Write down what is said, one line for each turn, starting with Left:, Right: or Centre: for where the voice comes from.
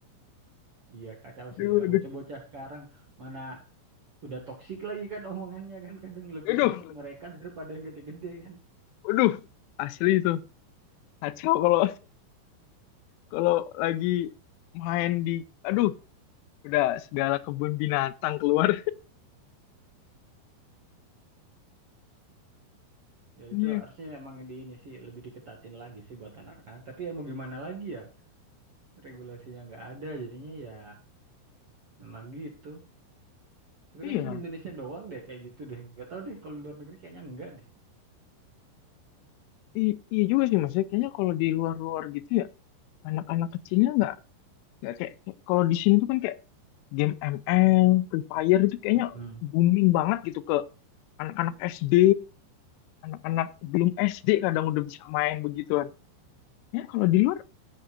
Right: iya kacau sih
Left: Aduh,
Right: ya.
Left: aduh,
Right: bocah-bocah sekarang mana udah toksik lagi kan omongannya kan kadang lebih
Left: aduh,
Right: toksik mereka daripada yang gede-gede kan
Left: aduh. Asli itu. Kacau kalau kalau lagi main di aduh udah segala kebun binatang keluar
Right: ya
Left: iya
Right: itu harusnya emang di ini sih lebih diketatin lagi sih buat anak-anak tapi ya mau gimana lagi ya regulasinya nggak ada jadinya ya emang gitu Tapi
Left: iya
Right: kayaknya di Indonesia doang deh kayak gitu deh. Nggak tahu deh kalau di luar negeri kayaknya enggak deh.
Left: I- iya juga sih mas ya kayaknya kalau di luar-luar gitu ya anak-anak kecilnya nggak nggak kayak, kayak- kalau di sini tuh kan kayak game ML Free Fire itu kayaknya
Right: Mm-mm.
Left: booming banget gitu ke anak-anak SD anak-anak belum SD kadang udah bisa main begituan ya kalau di luar